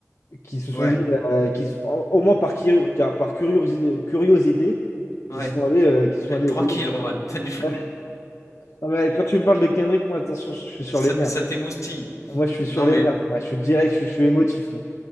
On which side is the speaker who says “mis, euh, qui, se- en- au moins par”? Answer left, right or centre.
Left